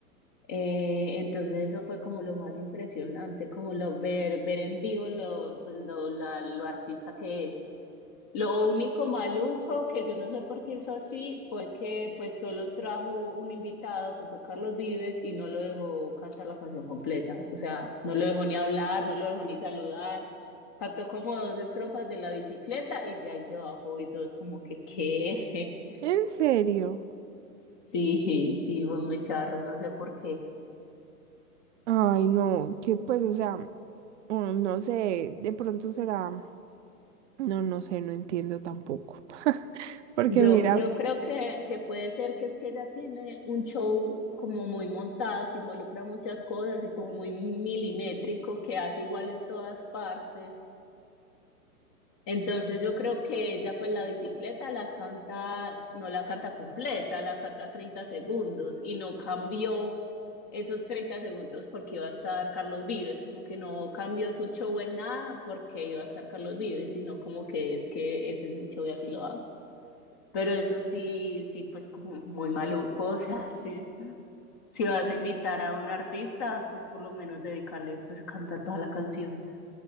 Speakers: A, on the left; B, on the right.
A: Eh, entonces eso fue como lo más impresionante, como lo ver, ver en vivo lo, pues, lo, la- lo artista que es. Lo único maluco que yo no sé por qué hizo así fue que pues solo trajo un invitado que fue Carlos Vives y no lo dejó cantar la canción completa. O sea, no lo dejó ni hablar, no lo dejó ni saludar. Cantó como dos estrofas de la bicicleta y ya ahí se bajó y todos como que qué. <laughs>
B: ¿En serio?
A: Sí, sí, fue muy charro, no sé por qué.
B: Ay, no, que pues, o sea, mm, no sé, de pronto será, no, no sé, no entiendo tampoco. <laughs> Porque
A: Yo,
B: mira,
A: yo creo que, que puede ser que es que ella tiene un show como muy montado, que involucra muchas cosas y como muy milimétrico, que hace igual en todas partes. Entonces yo creo que ella pues la bicicleta la canta, no la canta completa, la canta 30 segundos y no cambió esos 30 segundos porque iba a estar Carlos Vives, como que no cambió su show en nada porque iba a estar Carlos Vives, sino como que es que ese es mi show y así lo hago. Pero eso sí, sí, pues como muy maluco, o sea, <laughs> sí, si vas a invitar a un artista, pues por lo menos dedicarle pues a cantar toda la canción.